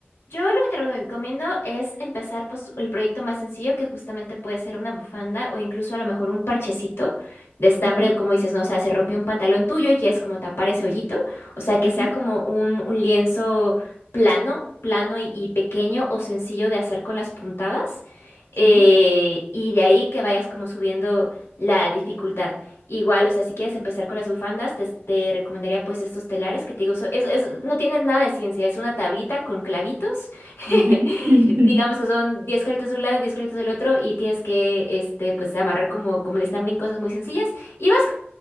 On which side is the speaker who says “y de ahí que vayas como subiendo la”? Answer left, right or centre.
Left